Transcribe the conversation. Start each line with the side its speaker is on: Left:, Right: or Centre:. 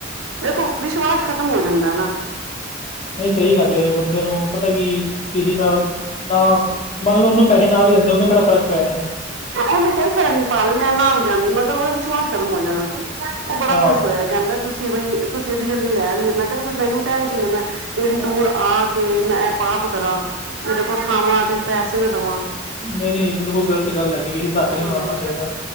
Right: ਵੇਖੋ ਵਿਸ਼ਵਾਸ ਖ਼ਤਮ ਹੋ ਜਾਂਦਾ ਐ ਨਾ।
Left: ਨਈਂ ਸਈ ਗੱਲ ਏ, ਬੰਦੇ ਨੂੰ ਪਤਾ ਕੀ ਕਿਸੀ ਦਾ ਨਾਂ ਮੰਨ ਲੋ ਓਨੂੰ ਪੈਹੇ ਨਾਲ ਨੀ ਦਿੰਦੇ ਓਨੂੰ ਕੇੜਾ ਫਰਕ ਪੈ ਏਂਣਾ।
Right: ਓਨੂੰ ਕੋਈ ਫਰਕ ਨੀ ਭਾਵੇਂ ਮੈਂ ਨਾ ਵੀ ਜਾਂਦੀ ਮਗਰ ਓ ਏ ਵਿਸ਼ਵਾਸ ਖਤਮ ਹੋ ਜਾਣਾ ਸੀ। ਓ ਬੜਾ
Left: ਹਾਂ
Right: ਖੁਸ਼ ਹੋਯਾ, ਕੈਂਦਾ ਤੁਸੀ ਬਈ ਤੁਸੀਂ ਏਡੀ ਜਲਦੀ ਲੈਣ ਵੀ, ਮੈਂ ਕਿਹਾ ਮੈਨੂੰ ਟੈਨਸ਼ਨ ਏ, ਮੈਂ ਇੰਨੀ ਦੂਰ ਆ ਕੇ ਮੈਂ ਐ ਪਾਪ ਕਰਾਂ, ਜਿਦੇ ਕੋਲ ਖਾਵਾਂ ਤੇ ਪੈਸੇ ਨਾ ਦਵਾਂ
Left: ਨਈਂ-ਨਈਂ ਬਿਲਕੁਲ ਗ਼ਲਤ ਗੱਲ ਹੈੱਗੀ। ਕਿਸੀ ਦਾ ਹੱਕ ਨੀਂ
Right: ਹਾਂ
Left: ਮਾਰਨਾ ਚਾਈਦਾ।